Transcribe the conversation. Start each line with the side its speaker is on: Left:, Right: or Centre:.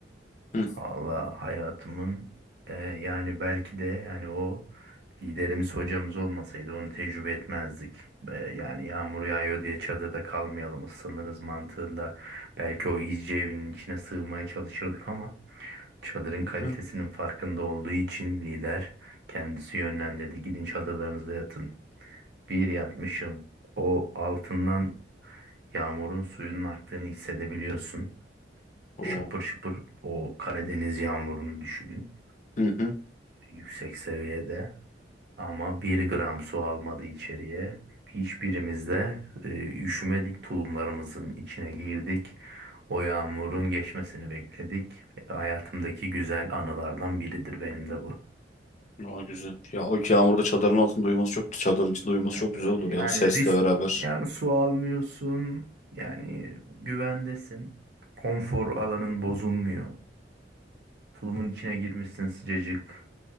Left: Hı
Right: Valla hayatımın e, yani belki de yani o liderimiz hocamız olmasaydı onu tecrübe etmezdik. E, yani yağmur yağıyor diye çadırda kalmayalım ıslanırız mantığında. Belki o izci evinin içine sığmaya çalışırdık ama çadırın
Left: hı.
Right: kalitesinin
Left: hı.
Right: farkında olduğu için lider kendisi yönlendirdi. Gidin çadırlarınızda yatın. Bir yatmışım. O altından yağmurun suyunun aktığını hissedebiliyorsun.
Left: Oo.
Right: Şapır şıpır o Karadeniz yağmurunu düşünün.
Left: Hı hı.
Right: yüksek seviyede ama bir gram su almadı içeriye. Hiçbirimiz de e, üşümedik, tulumlarımızın içine girdik. O yağmurun geçmesini bekledik. E, Hayatımdaki güzel anılardan biridir benim de bu.
Left: Aa, güzel. Ya o yağmurda çadırın altında uyuması çok, çadırın içinde uyuması çok
Right: Evet.
Left: güzel olur
Right: Yani
Left: ya o sesle
Right: risk,
Left: beraber.
Right: yani su almıyorsun, yani güvendesin. Konfor alanın bozulmuyor. Tulumun içine girmişsin sıcacık.